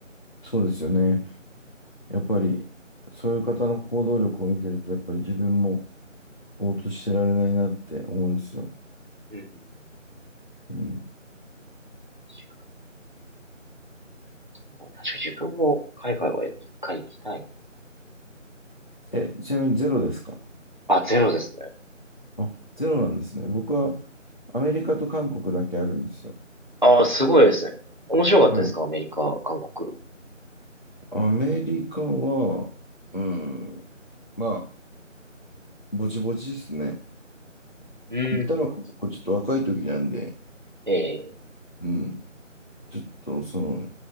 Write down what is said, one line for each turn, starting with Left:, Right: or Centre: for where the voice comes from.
Left: そうですよね。やっぱり、そういう方の行動力を見てると、やっぱり自分もぼーっとしてられないなって思うんですよ。
Right: うんうんうんうん
Left: うん。
Right: 確かに、確かに自分も海外は一回行きたい
Left: え、ちなみにゼロですか
Right: な。あ、ゼロですね。
Left: あ、ゼロなんですね。僕はアメリカと韓国だけあるんですよ。
Right: ああ、すごいですね。面白かったですかアメリカ、
Left: はい。
Right: 韓国。
Left: アメリカは、うん、まあ、ぼちぼちですね。
Right: うんうん
Left: 行ったのが結構ちょっと若い時なんで、
Right: ええ、
Left: うん、ちょっとその、